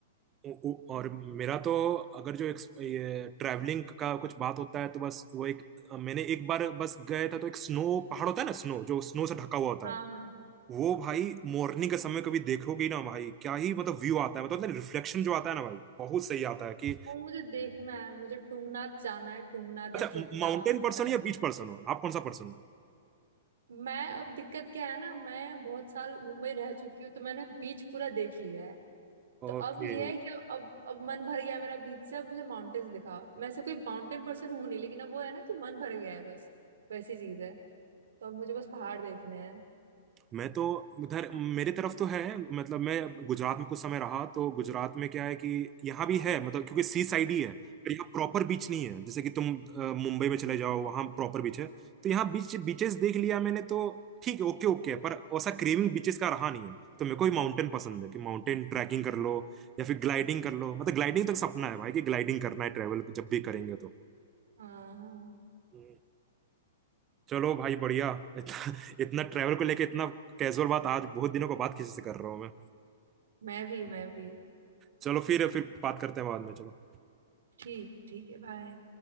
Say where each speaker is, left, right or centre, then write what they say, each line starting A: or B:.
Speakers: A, on the right (about 20°); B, on the right (about 85°).
A: उ- उ- और मेरा तो अगर जो एक्स- ये ट्रैवलिंग का कुछ बात होता है तो बस वो एक मैंने एक बार बस गए था तो एक स्नो पहाड़ होता है ना स्नो जो स्नो से ढका हुआ होता
B: हाँ
A: है
B: हाँ
A: वो भाई मॉर्निंग के समय कभी देखोगे ना भाई क्या ही मतलब व्यू आता है मतलब रिफ्लेक्शन जो आता है ना भाई बहुत सही आता है कि
B: वो मुझे देखना है मुझे टुंगनाथ जाना है टुंगनाथ
A: अच्छा
B: या चोपटा
A: माउंटेन
B: वहां
A: पर्सन
B: पे जाना
A: या
B: है
A: बीच पर्सन हो आप कौन सा पर्सन
B: मैं अब दिक्कत क्या है ना मैं बहुत साल मुंबई रह चुकी हूँ तो मैंने बीच पूरा देख लिया है
A: हो
B: तो अब
A: ओके
B: ये है कि अब अब मन भर गया है मेरा बीच से अब मुझे माउंटेन्स दिखाओ मैं से कोई माउंटेन पर्सन हूं नहीं लेकिन अब वो है ना कि मन भर गया है बस वैसी चीज है तो अब मुझे बस पहाड़ देखने हैं
A: मैं तो उधर मेरे तरफ तो है मतलब मैं गुजरात में कुछ समय रहा तो गुजरात में क्या है कि यहाँ भी है मतलब क्योंकि सी साइड ही है पर यहाँ प्रॉपर बीच नहीं है जैसे कि तुम अ, मुंबई में चले जाओ वहाँ प्रॉपर बीच है तो यहाँ बीच बीचेस देख लिया मैंने तो ठीक है ओके ओके है पर वैसा क्रेविंग बीचेस का रहा नहीं है तो मेरे को ही माउंटेन पसंद है कि माउंटेन ट्रैकिंग कर लो या फिर ग्लाइडिंग कर लो मतलब ग्लाइडिंग तक सपना है भाई कि ग्लाइडिंग करना है ट्रेवल जब भी करेंगे
B: हाँ हाँ
A: तो चलो भाई बढ़िया इतना, इतना ट्रैवल को लेके इतना कैजुअल बात आज बहुत दिनों के बाद किसी से कर रहा हूँ मैं
B: मैं भी मैं भी
A: चलो फिर फिर बात करते हैं बाद में चलो
B: ठीक ठीक है बाय